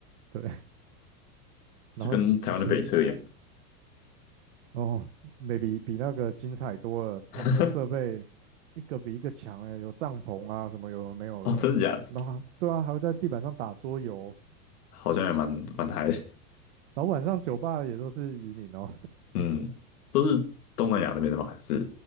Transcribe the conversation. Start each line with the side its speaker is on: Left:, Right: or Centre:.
Right: 对，<laughs> 然后因为
Left: 就跟台湾的北车一样。
Right: 哦，maybe 比那个精彩多了，他们的设备一个比一个强哎，
Left: <laughs>
Right: 有帐篷啊什么有的没有的，
Left: 哦，真的假的？
Right: 然后还对啊，还会在地板上打桌游，
Left: 好像也蛮蛮嗨的
Right: 然后晚上酒吧也都是移民哦，
Left: 嗯，都是东南亚那边的吗？还是